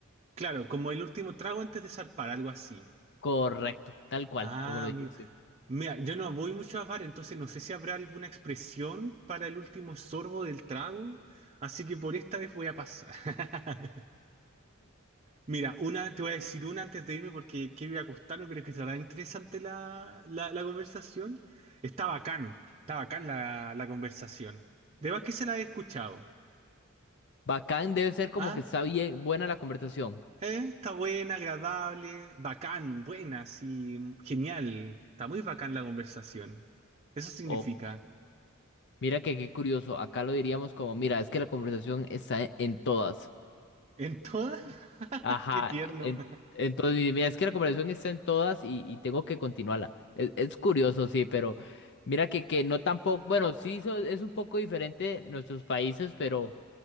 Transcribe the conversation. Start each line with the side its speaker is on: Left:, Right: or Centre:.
Right: Claro, como el último trago antes de zarpar, algo así.
Left: Correcto, tal cual,
Right: Ah,
Left: como lo dijiste.
Right: mira. Mira, yo no voy mucho a bar, entonces no sé si habrá alguna expresión para el último sorbo del trago, así que por esta vez voy a pasar. <laughs> Mira, una, te voy a decir una antes de irme porque quiero ir a acostarme, pero es que estará interesante la, la, la conversación. Está bacán, está bacán la, la conversación. De más que se la he escuchado.
Left: Bacán debe ser como
Right: Ah.
Left: que está bien, buena la conversación.
Right: Eh, está buena, agradable, bacán, buena, sí, genial. Está muy bacán la conversación. Eso significa.
Left: Ok. Mira que qué curioso. Acá lo diríamos como, mira, es que la conversación está en todas.
Right: En todas, <laughs>
Left: Ajá,
Right: qué tierno.
Left: en- entonces, mira, es que la conversación está en todas y, y tengo que continuarla. Es, es curioso, sí, pero mira que, que no tampoco, bueno, sí so- es un poco diferente nuestros países, pero,